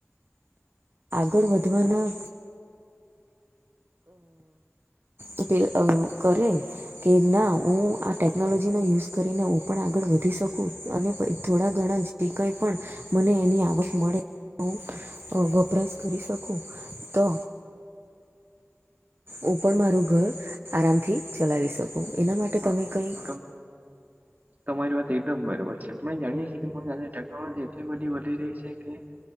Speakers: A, on the right; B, on the right.
A: આગળ વધવાના અ પ કરે. કે ના હું આ ટેકનોલોજીનો યુઝ કરીને હું પણ આગળ વધી શકું અને પ થોડા ઘણા જે કાંઈ પણ, મને એની આવક મળે હું વપરાશ કરી શકું. તો હું પણ મારું ઘર, આરામથી ચલાવી શકું. એના માટે
B: હા
A: તમે કંઈ
B: તમ. તમારી વાત એકદમ બરોબર છે આપ જાણીએ છીએ તમા ટેકનોલોજી એટલી બધી વધી રહી છે કે